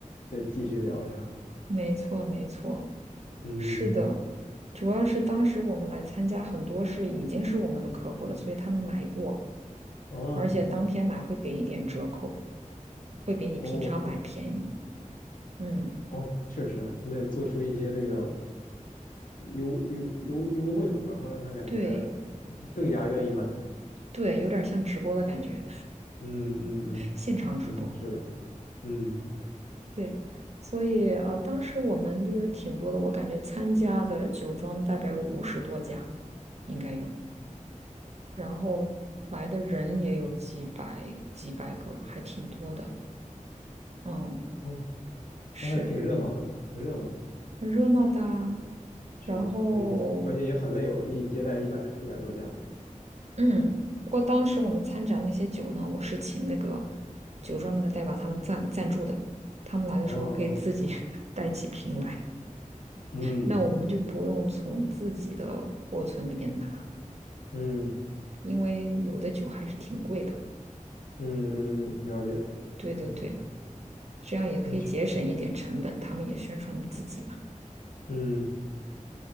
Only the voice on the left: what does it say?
再继续聊一下。
嗯，
哦，
哦，
哦，确实，你得做出一些这个优优优优惠嘛，然后让他感觉
更加愿意买。
嗯嗯
嗯嗯，是的，嗯，
哦，
那还挺热闹的啊挺热闹的。
是的，
哎呦，关键也很累哦，一接待一百一百多家。
哦，
嗯
嗯。
嗯嗯嗯，了解。
哎呦，
那去，
嗯，